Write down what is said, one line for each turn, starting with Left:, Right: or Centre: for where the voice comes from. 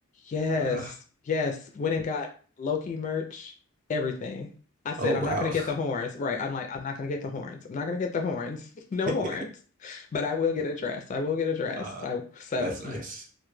Left: Yes.
Right: Uh,
Left: Yes. Went and got Loki merch, everything. I said,
Right: oh
Left: I'm
Right: wow.
Left: not going to get the horns. Right. I'm like, I'm not going to get the horns. I'm not going to get the horns. <laughs> No
Right: <laughs>
Left: horns. But I will get a dress. I will get a dress.
Right: Uh,
Left: I so
Right: that's nice.
Left: yes.